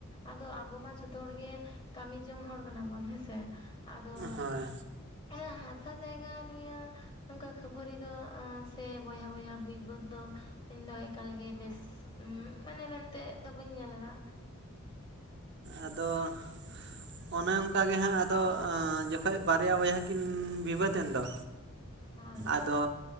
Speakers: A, on the left; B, on the right.
A: ᱟᱫᱚ ᱟᱵᱚ ᱢᱟ ᱡᱷᱚᱛᱚ ᱦᱚᱲ ᱜᱮ ᱠᱟᱹᱢᱤ ᱡᱚᱝ ᱦᱚᱲ ᱠᱟᱱᱟ ᱵᱚᱱ ᱦᱮᱸᱥᱮ᱾ ᱟᱫᱚ
B: ᱦᱳᱭ
A: ᱚᱱᱟ ᱦᱟᱥᱟ ᱡᱟᱭᱜᱟ ᱱᱤᱭᱟᱹ ᱱᱚᱝᱠᱟ ᱠᱷᱟᱹᱯᱟᱹᱨᱤ ᱫᱚ ᱥᱮ ᱵᱚᱭᱦᱟ - ᱵᱚᱭᱦᱟ ᱵᱤᱹᱭ ᱵᱟᱹᱫᱽ ᱫᱚ ᱤᱧ ᱫᱚ᱾ ᱮᱠᱟᱞ ᱜᱮ ᱵᱮᱥ ᱢᱟᱱᱮ᱾ ᱢᱮᱱᱛᱮ-ᱜ ᱫᱚ ᱵᱟᱹᱧ ᱧᱮᱞ ᱮᱫᱟ᱾
B: ᱟᱫᱚ ᱚᱱᱮ ᱚᱱᱠᱟ ᱜᱮ ᱦᱟᱸᱜ ᱟᱫᱚ ᱾ ᱡᱚᱠᱷᱚᱡ ᱵᱟᱨᱭᱟ - ᱵᱚᱭᱦᱟ ᱠᱤᱱ ᱵᱤᱵᱟᱹᱫᱽ ᱮᱱ ᱫᱚ᱾
A: ᱦᱳᱭ ᱦᱳᱭ
B: ᱟᱫᱚ